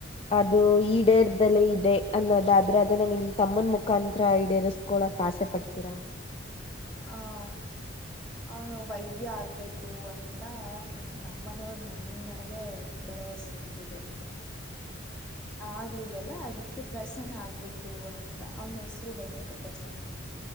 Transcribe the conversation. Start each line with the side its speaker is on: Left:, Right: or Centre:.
Left: ಅದು
Centre: ಹ್ಮ್
Left: ಈಡೇರ್ ಈಡೇರದಲೇ ಇದೆ ಅನ್ನೋದಾದ್ರೆ ಅದನ್ನ ನಿಮ್ಮ ತಮ್ಮನ ಮುಖಾಂತ್ರ ಈಡೇರಸ್ಕೊಳಕ್ ಆಸೆ ಪಡ್ತೀರಾ.
Centre: ಆಹ ಆ ವೈದ್ಯ ಆಗ್ಬೇಕು ಅಂತ ನಮ್ಮನೆಯವರು ನನ್ನ ಮೇಲೆ ಭರವಸೆ ಇಟ್ಟಿದ್ರು. ಹಾ ಆಗ್ಲಿಲ್ಲ ಅಲ್ಲ. ಅದೀಕ್ಕೆ ಪ್ರಸನ್ನ ಆಗ್ಬೇಕು ಅಂತಾ ಅವನ್ ಹೆಸ್ರು ಬಂದ್ಬಿಟ್ಟು ಪ್ರಸನ್ನ.